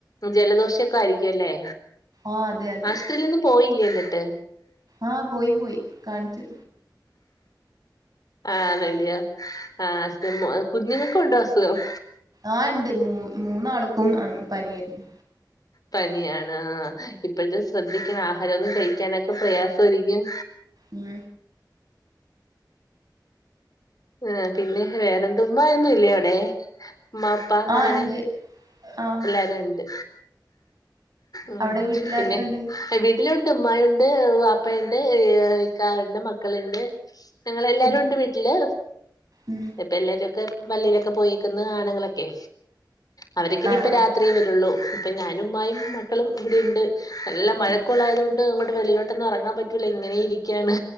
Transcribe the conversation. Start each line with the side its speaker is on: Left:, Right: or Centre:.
Left: ജലദോഷൊക്കെ ആയിരിക്കല്ലേ
Right: ആഹ് അതെ അതെ
Left: ആശൂത്രീലെന്നും പോയില്ലേ എന്നിട്ട്
Right: ആഹ് പോയി പോയി കാണ്ച്ചു
Left: ആന്ന ല്യോ ആഹ് <unintelligible> കുഞ്ഞുങ്ങക്കു ഉണ്ടോ അസുഖം
Right: ആഹ് ഇണ്ട് മൂ മൂന്നാള്ക്കും പനിയാര്ന്നു
Left: പനിയാണ് ആഹ് ഇപ്പഴ്ത്തെ ശ്രദ്ധിക്കണം ആഹാരൊന്നും കഴിക്കാനൊക്കെ പ്രയാസോരിക്കും
Right: ഉം
Left: ആഹ് പിന്നെ വേറെന്ത് ഉമ്മായൊന്നും ഇല്ലേ അവിടേ ഉമ്മാ ഉപ്പാ
Right: ആഹ്
Left: അങ്ങനെ
Right: ഇണ്ട് ആഹ്
Left: എല്ലാരു ഇണ്ട് ഉം
Right: അവിടെ വീട്ടിലാരൊക്കെണ്ട്
Left: പിന്നെ വീട്ടില് ഉണ്ട് ഉമായൊണ്ട് വാപ്പ ഇണ്ട് <unintelligible> ഇക്കായ് ണ്ട് മക്കള്ണ്ട് ഞങ്ങള് എല്ലാരും
Right: ഉം
Left: ഇണ്ട് വീട്ടില്
Right: ഉം
Left: ഇപ്പ എല്ലാരൊക്കെ പള്ളീലൊക്കെ പോയേക്ക്ന്ന് ആണ്ങ്ങളൊക്കെ അവരെക്കെ ഇനിയിപ്പ
Right: ആഹ്
Left: രാത്രിയി വരൊള്ളൂ ഇപ്പ ഞാനും ഉമ്മായും മക്കളും ഇവിടെ ഉണ്ട് നല്ല മഴക്കോളായതുകൊ
Right: ഉം
Left: ണ്ട് അങ്ങോട്ട് വെളീലോട്ടൊന്നും എറങ്ങാൻ പറ്റൂല ഇങ്ങനെ ഇരിക്കാണ്